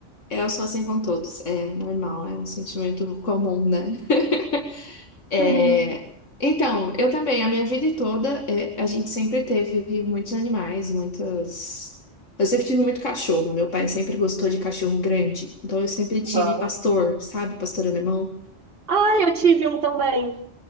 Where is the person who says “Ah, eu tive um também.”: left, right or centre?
Right